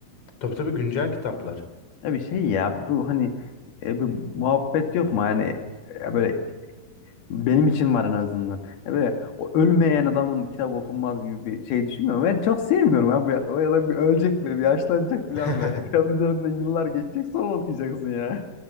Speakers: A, on the left; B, on the left.
A: Tabii tabii güncel kitaplar.
B: Ya bir şey ya bu hani e, bu muhabbet yok mu? Yani e, böyle benim için var en azından. Ya böyle o ölmeyen adamın kitabı okunmaz gibi bir şey düşünmüyorum. Ben çok sevmiyorum abi. Ya, o adam bir ölecek böyle, bir yaşlanacak falan
A: <laughs>
B: böyle. Kitabın üzerinden yıllar geçecek sonra okuyacaksın ya.